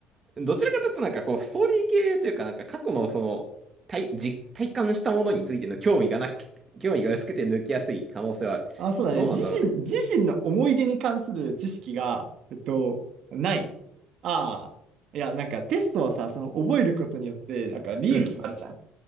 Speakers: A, on the right (about 25°); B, on the right (about 45°).
A: どちらかというとなんかこう、ストーリー系というかなんか過去のその、体、実、体感したものについての興味がなく、興味が薄くて抜きやすい可能性はある。
B: あ、あ、そうだね。
A: どうなんだろうね。
B: 自身、自身の思い出に関する知識が、えっと、ない。ああ。いや、なんかテストはさ、その覚えることによって、なんか利益があるじゃん。
A: うん。